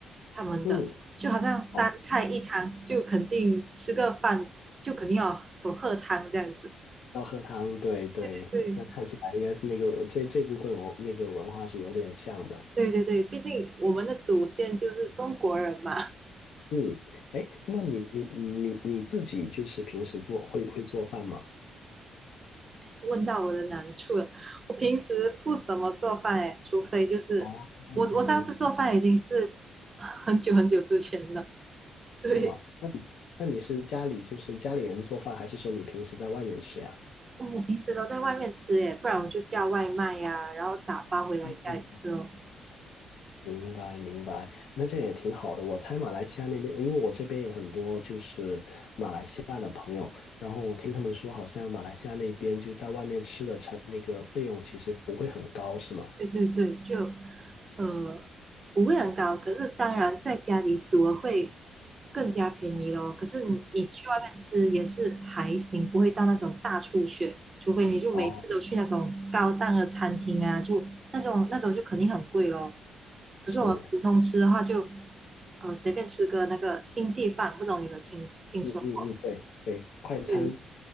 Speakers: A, on the right (about 30°); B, on the left (about 70°).
A: 他们的，
B: 嗯，
A: 就好像三菜一汤，
B: 哦。
A: 就肯定吃个饭就肯定要有喝汤这样子。
B: 要喝汤，对对，
A: 对对
B: 那看起来应该是那个这这部分我那个文化是有点像的。
A: 对对对对，毕竟我们的祖先就是中国人嘛。<laughs>
B: 嗯，哎，那你你你你自己就是平时做会会做饭吗？
A: 问到我的难处了。我平时不怎么做饭诶，除非就是我我上次做饭已经是很久很久之前了。
B: 哦，
A: 对，
B: 是吗？那你那你是家里就是家里人做饭，还是说你平时在外面吃呀？
A: 我平时都在外面吃诶，不然我就叫外卖呀、然后打包回来家里吃哦。
B: 哦，明白明白，那这样也挺好的。我猜马来西亚那边，因为我这边有很多就是西亚的朋友，然后我听他们说，好像马来西亚那边就在外面吃的成那个费用其实不会很高，是吗？
A: 对对对，就呃不会很高，可是当然在家里煮了会更加便宜咯。可是你你去外面吃也是还行，不会到那种大出血，除非你就每次都去那种高档的餐厅啊，
B: 哦，
A: 就那种那种就肯定很贵咯。可是我们普通吃的话就，
B: 是，
A: 呃随便吃个那个经济饭，不知道有没有听听说过？
B: 嗯嗯，嗯，对对，快餐。
A: 对，